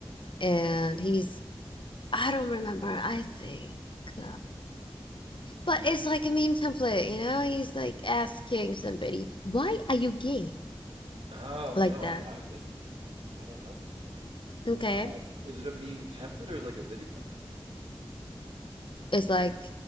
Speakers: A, on the left; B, on the right.
A: and he's i don't remember i think um, but it's like a meme template you know he's like asking somebody why are you gay
B: Oh
A: like
B: no,
A: that
B: I I missed this one. I don't know this one.
A: okay
B: Um, is it a meme template or is it like a video?
A: it's like